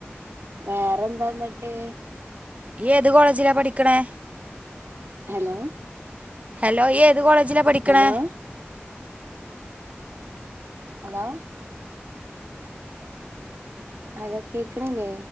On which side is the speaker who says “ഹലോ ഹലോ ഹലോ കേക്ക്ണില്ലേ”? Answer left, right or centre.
Right